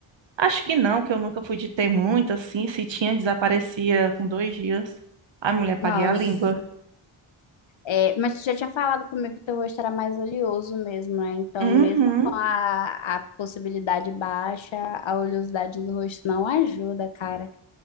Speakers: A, on the right; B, on the left.
A: Acho que não, que eu nunca fui de ter muito, assim. Se tinha, desaparecia com dois dias. Ai, mulher, paguei
B: Nossa.
A: a língua.
B: É, mas tu já tinha falado comigo que teu rosto era mais oleoso mesmo, né? Então,
A: Uhum,
B: mesmo com a, a possibilidade baixa, a oleosidade do rosto não ajuda, cara.